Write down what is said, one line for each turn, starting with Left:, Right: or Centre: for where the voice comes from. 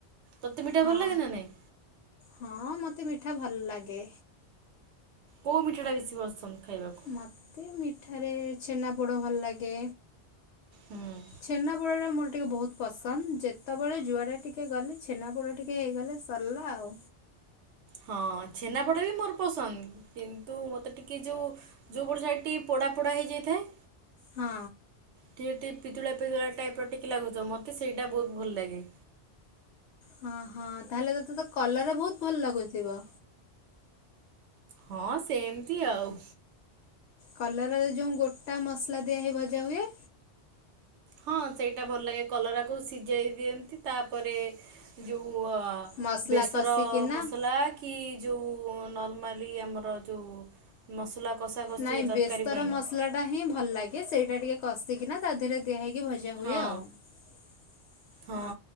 Right: ତତେ ମିଠା
Left: ହଁ
Right: ଭଲ ଲାଗେ ନା ନାଇଁ?
Left: ହଁ ମୋତେ ମିଠା ଭଲ ଲାଗେ।
Right: କୋଉ ମିଠା ଟା ବେଶୀ ପସନ୍ଦ? ଖାଇବାକୁ
Left: ମତେ ମି ଏଠାରେ ଛେନାପୋଡ଼ ଭଲ ଲାଗେ।
Right: ହୁଁ
Left: ଛେନା ପୋଡ଼ଟା ମୋର ଟିକେ ବହୁତ ପସନ୍ଦ ଯେତେବେଳେ ଯୁଆଡେ ଟିକେ ଗଲେ ଛେନାପୋଡ଼ ଟିକେ ହେଇଗଲେ ସରିଲା ଆଉ
Right: ହଁ ଛେନାପୋଡା ବି ମୋରପସନ୍ଦ କିନ୍ତୁ ମତେ ଟିକେ ଯୋଉ ଯୋଉ ପଟସାଇଟି ଟିକେ ପୋଡା ପୋଡା ହେଇଯାଇଥାଏ।
Left: ହଁ
Right: ଟିକେ ଟିକେ ପିତୁଳା ପିତୁଳା ଟାଇପର ଟିକେ ଲାଗୁଥିବ ମତେ ସେଇଟା ବହୁତ ଭଲ ଲାଗେ
Left: ହଁ ହଁ ତାହେଲେ ତତେ ତ କଲର ବହୁତ ଭଲ ଲାଗୁଥିବ।
Right: ହଁ ସେମିତି ଆଉ
Left: କଲରାରେ ଯୋଉ ଗୋଟାମସଲା ଦିଆ ହେଇ ଭଜା ହୁଏ।
Right: ହଁ ସେଇଟା ଭଲଲାଗେ କଲରାକୁ ସିଝେଇ ଦିଅନ୍ତି ତାପରେ ଯୋଉ କୁହ
Left: ମସଲା
Right: ବେସର
Left: କଷିକିନା
Right: ମସଲାକି ଯୋଉ ନରମାଲି ଆମର ଯୋଉ ମସଲା କଷା କଷି
Left: ନାଇଁ
Right: ହୁଏ ତରକାରୀ
Left: ବେସର
Right: ପାଇଁ
Left: ମସଲାଟା ହିଁ ଭଲଲାଗେ ସେଇଟା ଟିକେ କସିକିନା ତାଧିରେ ଦିଆ ହେଇକି ଟିକିଏ ଭଜା ହୁଏ
Right: ହଁ
Left: ଆଉ
Right: ହଁ